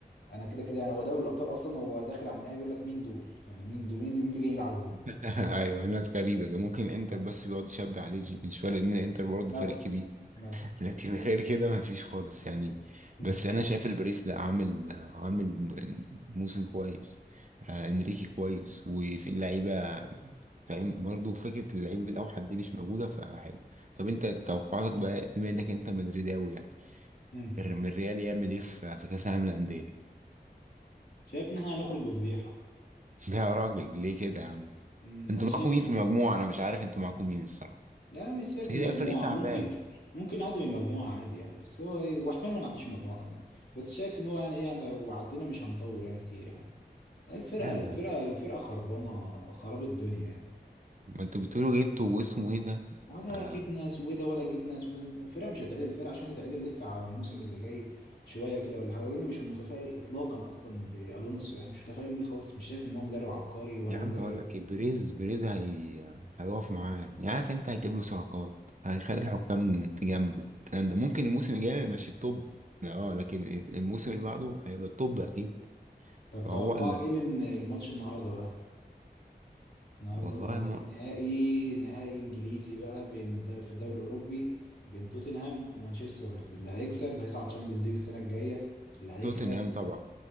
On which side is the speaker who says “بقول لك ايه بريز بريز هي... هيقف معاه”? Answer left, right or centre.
Right